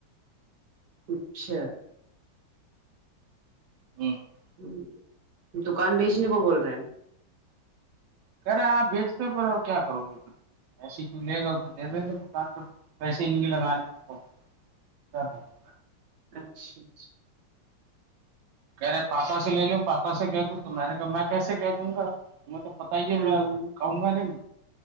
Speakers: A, on the right; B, on the right.
A: اچھ
B: <unintelligible>
A: ہ دکان بیچنے کو بول رہے ہیں
B: کرے آپ بیچتے پھر اور کیا کرو گ ایسے کیوں لے گا تو دے دیں گے دکان پ پیسے نہیں ہے لگانے کو تو <unintelligible>
A: اچھا اچ
B: کہہ رہے پاپا سے لے ل پاپا سے کہ د تو میں نے کہا میں کیسے کہہ دوں گا تمہیں تو پتہ ہی ہے
A: ہوں
B: میں
A: ہوں
B: کہوں گا نہیں